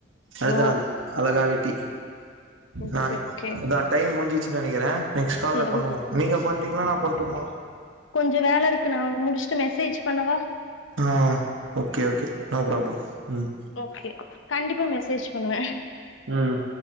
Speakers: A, on the right; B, on the left.
A: அடுத்த
B: ஓ
A: நாள் அழகா வெட்டி
B: ஓகே
A: நானே
B: ஓகே
A: அதான் டைம் முஞ்சிச்சு நெனைக்கிறே நெக்ஸ்ட் கால்ல
B: சேரி
A: பண்ணுவோம் நீங்க பண்றீங்களா நா பண்டுமா
B: கொஞ்ச வேல இருக்கு நா முடிச்சுட்டு மெசேஜ் பண்ணவா
A: ஆ ஓகே ஓகே நோ ப்ராப்ளம் ம்
B: ஓகே கண்டிப்பா மெசேஜ் பண்ணுவே
A: ம்